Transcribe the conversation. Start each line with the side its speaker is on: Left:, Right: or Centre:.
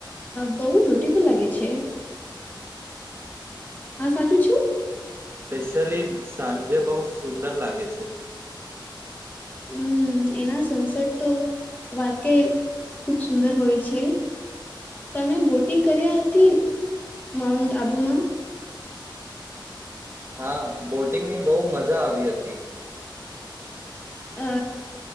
Left: બહ સુંદર લાગે છે. હા સાચું છું.
Right: ખાસ કરીને સાંજે બહુ સુંદર લાગે છે.
Left: હમ એના સૂર્યાસ્ત તો વાક્યય ખૂબ સુંદર હોય છે, તમે બોટિંગ કર્યા હતી માઉન્ટ આબુમાં?
Right: હા બોટિંગ મારું બહુ મજા આવી હતી.
Left: અ